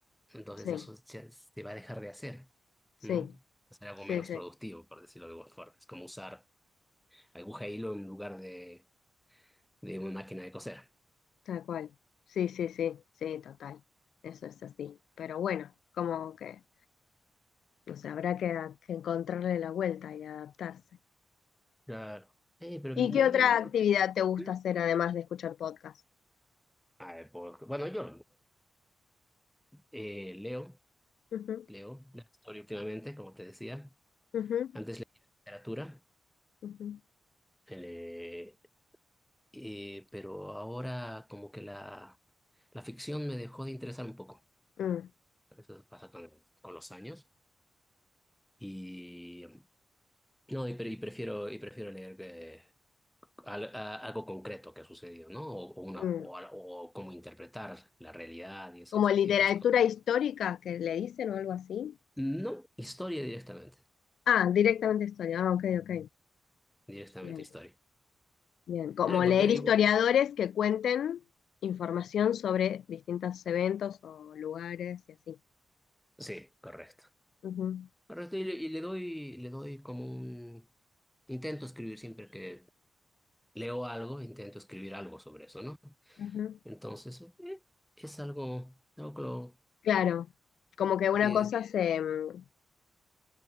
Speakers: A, in the centre; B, on the left.
A: Entonces
B: Sí,
A: eso se, se va a dejar de hacer,
B: sí,
A: ¿no? Hacer algo
B: sí,
A: menos
B: sí,
A: productivo, por decirlo de alguna forma. Es como usar aguja e hilo en lugar de, de una máquina de coser.
B: tal cual. Sí, sí, sí, sí, total. Eso es así. Pero bueno, como que no sé, habrá que, que encontrarle la vuelta y adaptarse.
A: Claro. Eh, pero
B: ¿Y
A: me
B: qué
A: da
B: otra
A: menos... pro-
B: actividad te gusta
A: ¿Mm?
B: hacer además de escuchar podcast?
A: A ver, por- bueno, yo eh, leo,
B: Ujú,
A: leo la historia últimamente, como te decía.
B: ujú,
A: Antes leía literatura,
B: ujú.
A: eh, eh, pero ahora como que la, la ficción me dejó de interesar un poco.
B: Mm,
A: Eso pasa con, con los años. Y no, y, pre- y prefiero, y prefiero leer eh, al- a- algo concreto que ha sucedido, ¿no? O, o una,
B: mm.
A: o, al- o cómo interpretar la realidad y esas,
B: Como literatura
A: y esas cosas.
B: histórica que le dicen o algo así.
A: No, historia directamente.
B: Ah, directamente historia. Ah, ok, ok.
A: Directamente
B: Bien,
A: historia.
B: Bien, como
A: Eh,
B: leer
A: Porque
B: historiadores
A: igual.
B: que cuenten información sobre distintos eventos o lugares y así.
A: Sí, correcto.
B: Ujú,
A: Correcto, y le, y le doy, le doy como un... Intento escribir siempre que leo algo, intento escribir algo sobre eso, ¿no?
B: ujú.
A: Entonces, eh, es algo, algo que, lo-
B: Claro, como que una
A: que,
B: cosa se, mm,